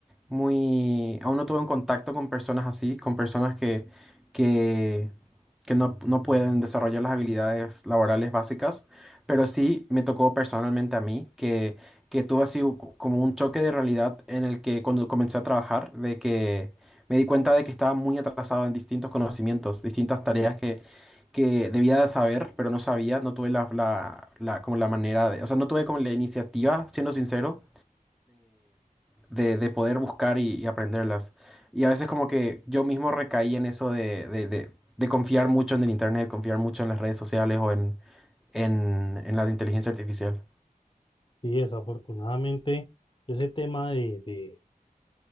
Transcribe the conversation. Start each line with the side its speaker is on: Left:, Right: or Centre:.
Centre: muy, aún no tuve un contacto con personas así, con personas que, que, que no, no pueden desarrollar las habilidades laborales básicas, pero sí me tocó personalmente a mí que, que tuve así u- como un choque de realidad en el que cuando comencé a trabajar, de que me di cuenta de que estaba muy atrasado en distintos conocimientos, distintas tareas que... que debía de saber, pero no sabía, no tuve la, la, la- como la manera de, o sea, no tuve como la iniciativa, siendo sincero, de, de poder buscar y, y aprenderlas. Y a veces como que yo mismo recaí en eso de, de, de- de confiar mucho en el internet, confiar mucho en las redes sociales o en, en, en la de inteligencia artificial.
Left: Sí, desafortunadamente, ese tema de, de,